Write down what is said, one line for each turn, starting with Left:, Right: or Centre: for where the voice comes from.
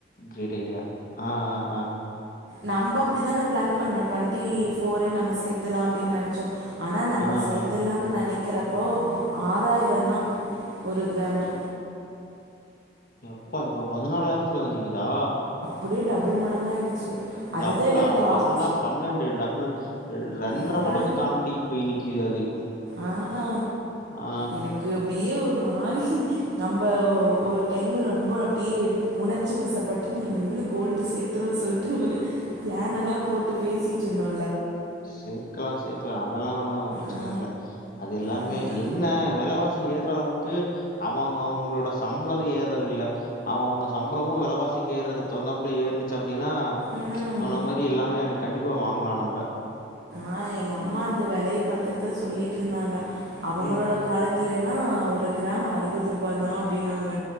Left: கிரேட் ஐடியா ஆ ஆ ஆ
Right: நம்ப அப்டிதான பிளான் பண்ணோ டுவெண்ட்டி போர்ரே நம்ம சேத்துலா அப்டின்னு நெனைச்சோ ஆனா நம்ம
Left: ஆ, ஆ,
Right: சேத்துலான்
Left: ஆ.
Right: நெனக்கறப்போ ஆறாயிரோ தா ஒரு கிராமு
Left: எப்பா இப்ப பதுனாலாயிரத்துல வந்து நிக்குது தா
Right: ப்டியே டபுள் மடங்காயிடுச்சு அதுதான்
Left: டபுளா
Right: எனக்கு பாத்
Left: டபுள்னா பன்ணன்டு டபுள் ரெ ரெண்ட்ர
Right: டபுள்
Left: மடங்கு தாண்டி பேய் நிக்கு கி அது
Right: ஆ ஆ
Left: ஆ
Right: எனக்கு அப்டியே ஒரு மாரி நம்ம ஒரு டைமு ரொம்ப அப்டியே உணர்ச்சி வசப்பட்டுட்டு நம்லு கோல்டு சேத்தறோனு சொல்ட்டு ஒரு பிளான் எல்லா போட்டு பேசிட்ருந்தோ
Left: சேக்லா சேக்லா அதெல்லா ஒன்னு பிரச்சன
Right: ஆ
Left: இல்ல அது எல்லாமே
Right: அதுதா
Left: என்ன வெலவா ஏர்றவுக்கு அவங்க அவங்களோட சம்பள ஏர்றது இல்ல அவ அவங்க சம்பளமு வெலவாசிக்கு ஏர்றதுக்கு தவுந்தாப்புல ஏர்னுச்சி அப் அப்டினா
Right: ம்
Left: சொன்ன மாரி எல்லாமே கண்டிப்பா வாங்கலா நம்ப
Right: ஆனா எங்க அம்மா அந்த வெலய பாத்துட்டுதா சொல்லிட்ருந்தாங்க அவங்களோட
Left: ம்,
Right: காலத்துல லா ஒரு கிராம் அறுவது ரூபா தா அப்டினாங்க